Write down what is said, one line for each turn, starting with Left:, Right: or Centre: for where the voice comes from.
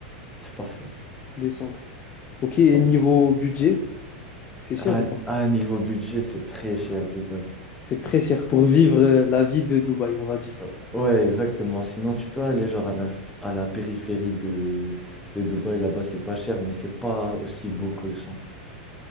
Centre: C'est parfait.
Left: décembre. Ok,
Centre: C'est
Left: et
Centre: parfait.
Left: niveau budget, c'est
Centre: Ah,
Left: cher ou pas?
Centre: ah, niveau budget, c'est très cher, Dubaï.
Left: C'est très cher pour vivre euh, la vie de Dubaï, on va dire.
Centre: Euh, Ouais, exactement. Sinon, tu peux aller genre à la, f- à la périphérie de, de Dubaï. Là-bas, c'est pas cher, mais c'est pas aussi beau que le centre.